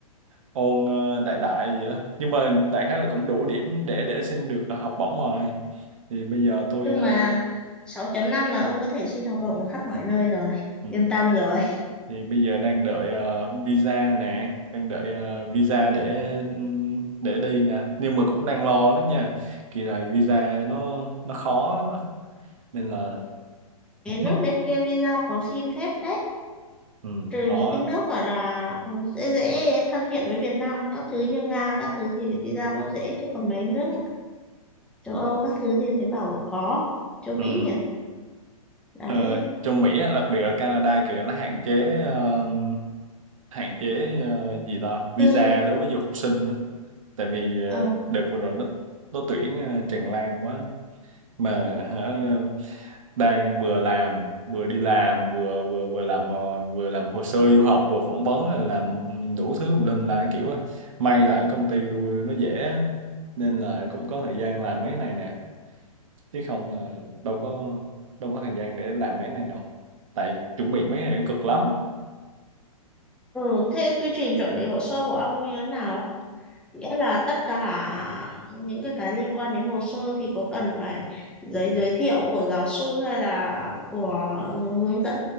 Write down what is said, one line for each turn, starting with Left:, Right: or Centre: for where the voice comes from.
Right: ôn ờ, đại đại gì đó nhưng mà đại khái là cũng đủ điểm để để xin được ờ, học bổng rồi thì bây giờ tôi
Centre: chung
Right: ờ,
Centre: là sáu chấm năm là ông có thể xin học bổng được khắp mọi nơi rồi
Right: ừ,
Centre: yên tâm rồi
Right: thì bây giờ đang đợi ờ, visa nè đang đợi ờ, visa để ừm, để đi nè nhưng mà cũng đang lo lắm nha kỳ này visa nó nó khó lắm á nên là
Centre: cái
Right: <laughs>
Centre: nước bên kia visa khó xin phết đấy
Right: <clears throat> ừ,
Centre: trừ
Right: khó
Centre: những cái nước gọi là ừ, dễ dễ thân thiện với Việt Nam các thứ như Nga các thứ thì visa nó dễ chứ còn mấy nước châu Âu các thứ thì thấy bảo khó châu Mỹ
Right: ừ.
Centre: nhỉ đấy
Right: Ờ, trong Mỹ á, đặc biệt ở Canada kìa nó hạn chế ờ, hạn chế ờ, gì ta visa
Centre: ừ,
Right: đối với du học sinh đó tại vì
Centre: ờ,
Right: ờ, đợt vừa rồi nó nó tuyển ờ, tràn lan quá mà hả, đang vừa làm vừa đi làm vừa vừa vừa làm ờ, vừa làm hồ sơ du học vừa phỏng vấn rồi làm đủ thứ tùm lum lại kiểu á may là cái công ty tôi nó dễ á, nên là cũng có thời gian làm mấy này nè chứ không là đâu có đâu có thời gian để làm mấy này đâu tại chuẩn bị mấy này nó cực lắm
Centre: ừ. thế quy trình chuẩn bị hồ sơ của ông như thế nào nghĩa là tất cả những cái cái liên quan đến hồ sơ thì có cần phải giấy giới thiệu của giáo sư hay là của hướng dẫn